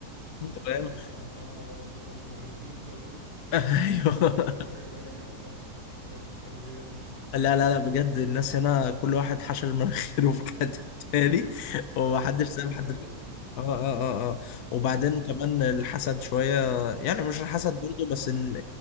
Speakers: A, on the right; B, on the left.
A: اه
B: انت فاهم
A: بس للأسف أنا فعلا الموضوع ده افتكرته دلوقتي <laughs> لما أنت قلته <laughs>
B: <laughs> ايوه
A: لأن أنا سايب القرية بقالي كام سنة فأنا كنت ناسي السلبيات دي <laughs>
B: لا لا لا بجد الناس هنا كل واحد حشر مناخيره في حد تاني ومحدش
A: وما تعرفش
B: ساب
A: تتكلم
B: حد اه اه اه اه وبعدين
A: يعني
B: كمان الحسد شوية يعني مش الحسد
A: اه
B: برضو بس ان